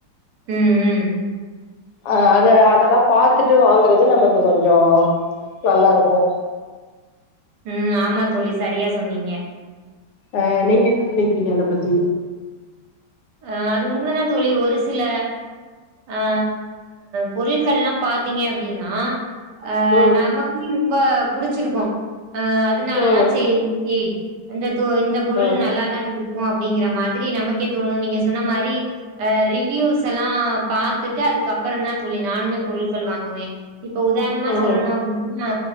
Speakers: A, on the right; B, on the left.
A: உம் உம்
B: அ அத அதெல்லா பார்த்துட்டு வாங்குறது நமக்கு கொஞ்சோ நல்லா இருக்கூ
A: உம் ஆமா தோழி சரியா சொன்னீங்க
B: அ நீங்க என்ன நினக்கிறீங்க அத பத்தி
A: அ அது உண்மதா தோழி ஒரு சில அ பொருட்கள்ல்லா பாத்தீங்க அப்டீனா அ
B: ம்
A: நமக் <unintelligible> ம்ப புடிச்சிருக்கோ அ அதனால
B: ம்
A: தா செரி ஓகே அந்த சோ இந்த பொருள்
B: ம்
A: நல்லாதா இருந் ஒ அப்டிங்கிற மாதிரி நமக்கே தோணு நீங்க சொன்ன மாரி ரிவீயூஸ் எல்லா பாத்துட்டு அதுக்கப்புறோ தா தோழி நானுமே பொரு ட்கள் வாங்குவே இப்போ உதார்ணமா
B: ம்
A: சொல்லணு அப்டின்னா